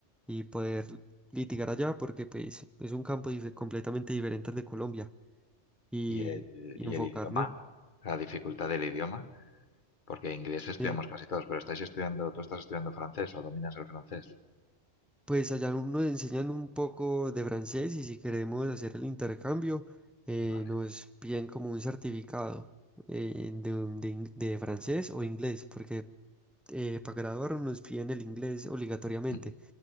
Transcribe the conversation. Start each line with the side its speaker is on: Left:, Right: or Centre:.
Centre: y poder litigar allá porque pues, es un campo dife- completamente diferente al de Colombia y,
Left: ¿Y el,
Centre: y
Left: y
Centre: enfocarme.
Left: el idioma? ¿La dificultad del idioma? Porque inglés estudiamos
Centre: eh,
Left: casi todos, pero estáis estudiando, ¿tú estás estudiando francés o dominas el francés?
Centre: Pues allá nos enseñan un poco de francés y si queremos hacer el intercambio, eh,
Left: Vale,
Centre: nos piden como un certificado eh, de, un- de ing- de francés o inglés, porque eh, para graduarnos nos piden el inglés obligatoriamente.
Left: ujú,